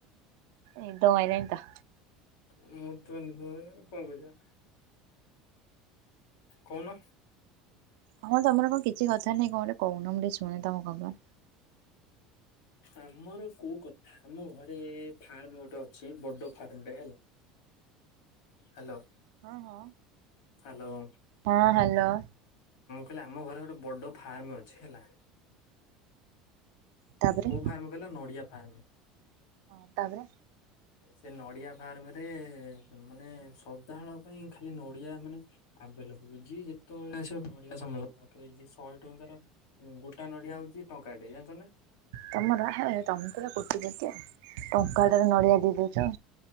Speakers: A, on the right; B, on the left.
A: ନିଦ ମାଇଲାଣି ତ।
B: ମୁଁ ତ ନିଦ ଭାଙ୍ଗିଲାନି କଣ କରିବା? କହୁନ?
A: ହଁ ତମର କଣ କିଛି କଥା ନାଇଁ, କଣ ଗୋଟେ କହୁନ ମୁଁ ଶୁଣେ ତମ କଥା
B: ଆମର କୋଉ କଥା ଆମ ଘରେ ଫାର୍ମ ଗୋଟେ ଅଛି। ବଡ ଫାର୍ମଟେ ହ୍ୟାଲୋ,
A: ହଁ ହଁ।
B: ହ୍ୟାଲୋ ଉଁ
A: ହଁ ହ୍ୟାଲୋ
B: କହିଲି ଆମ ଘରେ ଗୋଟେ ବଡ଼ ଫାର୍ମ ଅଛି ହେଲା।
A: ତାପରେ
B: କୋଉ ଫାର୍ମ କହିଲ ନଡିଆ ଫାର୍ମ।
A: ହଁ ତାପରେ
B: ସେ ନଡିଆ ଫାର୍ମ ରେ ମାନେ ସଦାହଳ ପାଇଁ ଖାଲି ନଡିଆ ମାନେ ଆ ଯିଏ ଯେତେବେଳେ ଆସିବ ନଡିଆ ସମସ୍ତଙ୍କ ରଖାହେଇଚି। ଶହେ ଟଙ୍କାର ଗୋଟା ନଡିଆ ହଉଛି କାଢେଇ ଯାନିଚନା
A: ତମର ହାଏ ତମେ ପୁରା କୋଟିପତିଆ ଟଙ୍କାଟାରେ ନଡିଆ ଦେଇଦେଇଛ।